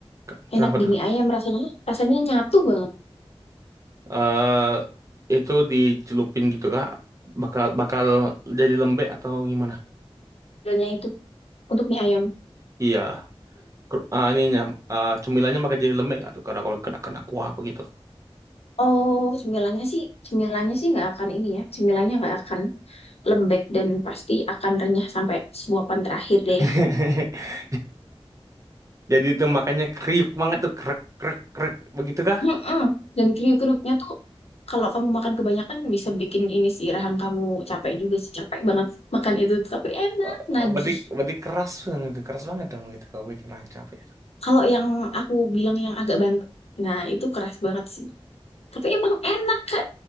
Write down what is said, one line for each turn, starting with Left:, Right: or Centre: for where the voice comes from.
Right: Ke-
Left: Enak
Right: Kenapa
Left: di
Right: tuh?
Left: mie ayam rasanya. Rasanya nyatu banget
Right: eh itu dicelupin gitu kah? Bakal bakal jadi lembek atau gimana?
Left: cemilannya itu untuk mie ayam.
Right: Iya. Ker- Ah, ininya ah, cemilannya bakal jadi lembek nggak tuh? Karena kalau kena kena kuah apa gitu.
Left: Oh, cemilannya sih, cemilannya sih nggak akan ini ya. Cemilannya nggak akan lembek dan pasti akan renyah sampai suapan terakhir deh.
Right: <laughs> Jadi itu makanya kriuk banget tuh krek krek krek begitu kah?
Left: Mm-mm. Dan kriuk-kriuknya tuh kalau kamu makan kebanyakan bisa bikin ini sih rahang kamu capek juga sih capek banget makan itu tapi enak
Right: Eh,
Left: nagih.
Right: berarti berarti keras banget tuh, keras banget dong itu kalau bikin orang capek itu.
Left: Kalau yang aku bilang yang agak bantu, nah itu keras banget sih. Tapi emang enak Kak,